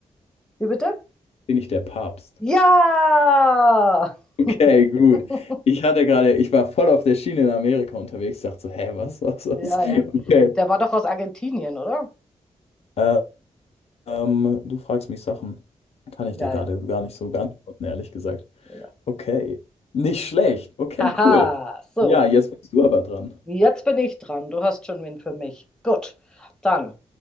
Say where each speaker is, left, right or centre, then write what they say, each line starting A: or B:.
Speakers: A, in the centre; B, on the left.
A: Wie bitte?
B: Bin ich der Papst?
A: Ja!
B: Okay,
A: <laughs>
B: gut. Ich hatte gerade, ich war voll auf der Schiene in Amerika unterwegs, dachte so, hä, was, was,
A: Ja,
B: was?
A: ja.
B: Okay.
A: Der war doch aus Argentinien, oder?
B: Äh, Ähm, du fragst mich Sachen, kann ich
A: Ja,
B: dir gerade
A: ja.
B: gar nicht so beantworten, ehrlich gesagt.
A: ja. ja.
B: Okay. Nicht schlecht. Okay,
A: Haha,
B: cool.
A: so.
B: Ja, jetzt bist du aber dran.
A: Jetzt bin ich dran. Du hast schon wen für mich. Gut. Dann